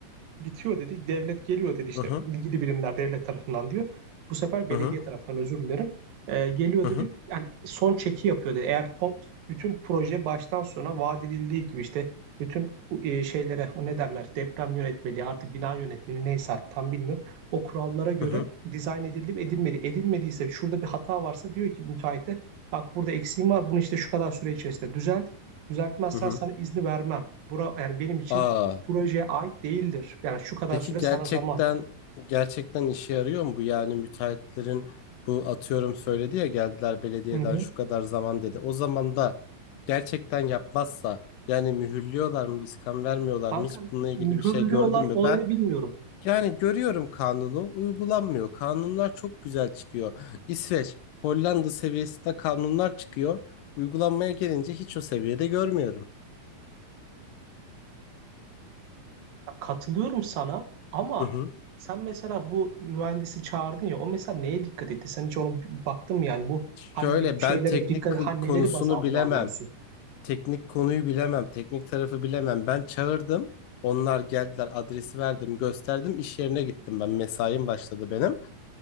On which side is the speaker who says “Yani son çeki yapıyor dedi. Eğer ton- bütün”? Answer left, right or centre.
Right